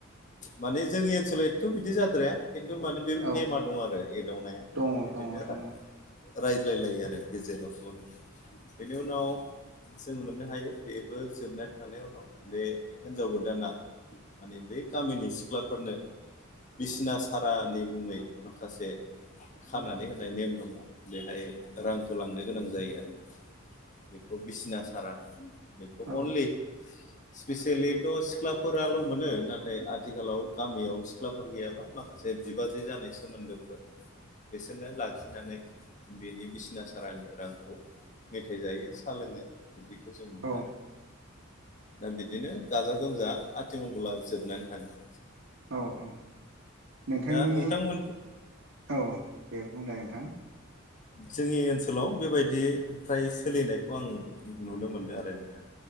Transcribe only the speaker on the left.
माने जोंनि ओनसोलाव एथ' बिदि जाद्राया खिन्थु माने बे
नेमा दं आरो एदावनाया
बिदिनो
आरो
रायज्लायलायो आरो गेजेराव ज'नो बेनि उनाव जों मोननो हायो बेबो जोबनानै थां <unintelligible> उनाव बे हिनजाव गोदाना माने बै गामिनि सिख्लाफोरनो बिसिना सारानि मुङै माखासे खानानै होनाय नेम दङ बेहाय रांखौ लांनो गोनां जायो आरो बेखौ बिसिना सारा बेखौ
अनलि स्पिसियेलिथ' सिख्लाफोराल' मोनो नाथाय आथिखालाव गामियाव सिख्ला फोर गैयाबा माखासे बिबाजै जानाय सोमोन्दोफोर बिसोरनो लाखिनानै बिनि बिसिना सारानि रांखौ मेथाइ जायो साहा लोङो बिदिखौ जों मोनो
आरो दा बिदिनो गाजा गोमजा आथि मंगला जोबनानै थाङो।
दा नोंथांमोन
जोंनि ओनसोलाव बेबायदि फ्राय सोलिनायखौ आं नुनो मोनो आरो नों <unintelligible>